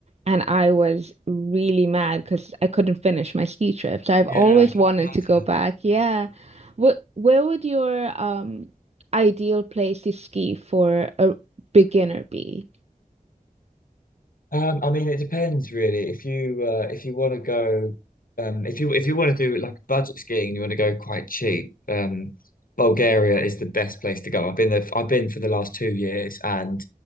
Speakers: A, on the right; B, on the left.
A: And I was really mad because I couldn't finish my ski trip. So I've
B: yeah,
A: always
B: I could
A: wanted
B: imagine.
A: to go back. Yeah. Where, where would your um, ideal place to ski for a beginner be?
B: Um, I mean, it depends really. If you uh, if you want to go, um, if you if you want to do like budget skiing and you want to go quite cheap, um, Bulgaria is the best place to go. I've been there. I've been for the last two years, and